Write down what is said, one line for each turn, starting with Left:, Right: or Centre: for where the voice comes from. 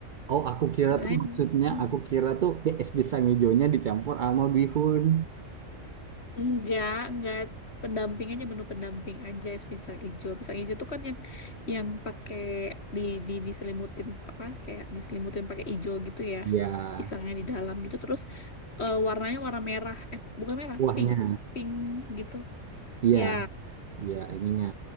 Right: oh aku kira
Left: Sebenarnya
Right: tuh maksudnya
Left: mm,
Right: aku kira tuh es pisang hijaunya dicampur sama bihun.
Left: Enggak, enggak pendamping aja menu pendamping aja es pisang hijau. Pisang hijau tuh kan yang yang pakai di di diselimutin apa kayak diselimutin pakai hijau gitu ya.
Right: Ya,
Left: Pisangnya di dalam gitu terus eh, warnanya warna merah. Eh bukan merah,
Right: kuahnya.
Left: pink. Pink gitu.
Right: Iya,
Left: Ya,
Right: iya ininya.